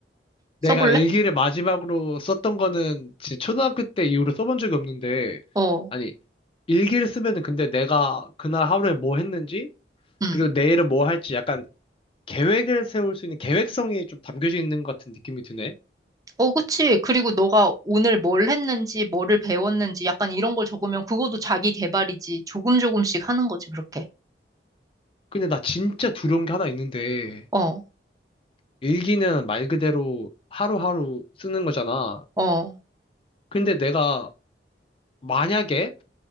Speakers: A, on the right; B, on the left.
A: 써볼래?
B: 내가 일기를 마지막으로 썼던 거는 진짜 초등학교 때 이후로 써본 적이 없는데,
A: 어.
B: 아니, 일기를 쓰면은 근데 내가 그날 하루에 뭐 했는지,
A: 음.
B: 그리고 내일은 뭐 할지 약간 계획을 세울 수 있는 계획성이 좀 담겨져 있는 것 같은 느낌이 드네.
A: 어, 그치. 그리고 너가 오늘 뭘 했는지, 뭐를 배웠는지, 약간 이런 걸 적으면 그것도 자기 개발이지. 조금 조금씩 하는 거지, 그렇게.
B: 근데 나 진짜 두려운 게 하나 있는데,
A: 어,
B: 일기는 말 그대로 하루하루 쓰는 거잖아.
A: 어,
B: 근데 내가 만약에